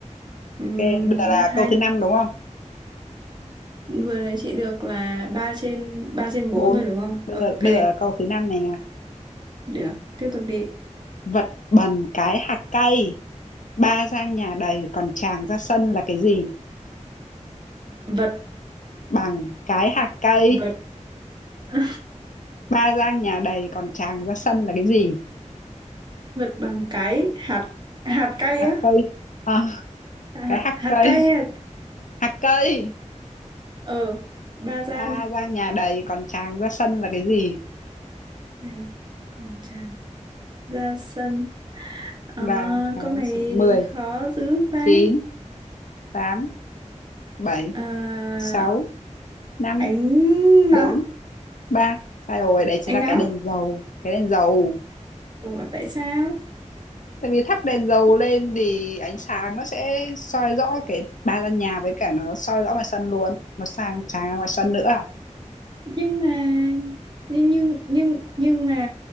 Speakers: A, on the right (about 35°); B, on the left (about 85°).
A: Ừm,
B: ok bây giờ là
A: hai
B: câu thứ năm đúng không
A: Vừa nãy chị được là 3 trên ba trên 4
B: bốn
A: rồi đúng không?
B: bây
A: Ok,
B: giờ bây giờ là câu thứ năm nè
A: được, tiếp tục đi.
B: vật bằng cái hạt cây ba gang nhà đầy còn tràng ra sân là cái gì
A: Vật
B: bằng cái hạt cây
A: vật <laughs>
B: ba gang nhà đầy còn tràng ra sân là cái gì
A: vật bằng cái hạt hạt cay
B: hạt
A: á,
B: cây à,
A: hạt
B: cái hạt
A: hạt
B: cây
A: cay hay hạt
B: hạt cây
A: ờ ba gian
B: ba gang nhà đầy còn tràng ra sân là cái gì
A: này còn tràn ra sân. À,
B: là cái
A: câu này
B: gì? mười
A: khó dữ ta.
B: chín tám bảy
A: À,
B: sáu năm
A: ánh
B: bốn
A: nắng,
B: ba sai rồi đấy chính
A: ánh
B: là
A: nắng.
B: cái đèn dầu cái đèn dầu
A: Ủa tại sao?
B: tại vì thắp đèn dầu lên thì ánh sáng nó sẽ soi rõ cái ba gian nhà với cả nó soi rõ ngoài sân luôn nó sang sáng ra ngoài sân nữa à?
A: nhưng mà nhưng nhưng nhưng nhưng mà